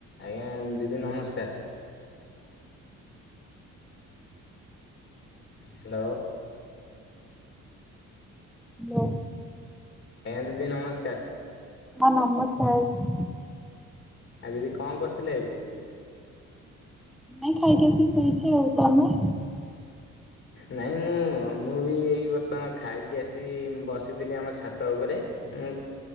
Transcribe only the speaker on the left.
ଆଜ୍ଞା ଦିଦି ନମସ୍କାର। ହ୍ୟାଲୋ।
ଏଁ ଦିଦି ନମସ୍କାର।
ଆ ଦିଦି କଣ କରୁଥିଲେ ଏବେ?
ନାଇଁ ମୁଁ, ମୁଁ ବି ଏଇ ବର୍ତ୍ତମାନ ଖାଇକି ଆସି ବସିଥିଲି ଆମ ଛାତ ଉପରେ। ମୁଁ